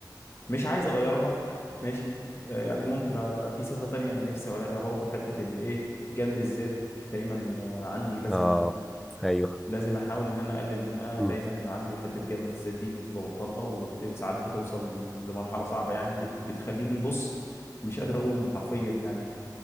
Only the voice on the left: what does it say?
مش عايز اغيرها ماشي آه، يعني ممكن ابقى في صفة تانية نفسي اغيرها برضو حتة الايه جلد الذات دايما آه، عندي لازم
لازم احاول ان انا اقلل منها
دايما عندي حته جلد الذات دي مش ببطلها وساعات بتوصل لمرحله صعبه يعني بت- بتخليني بص مش قادر اقوم حرفيا يعني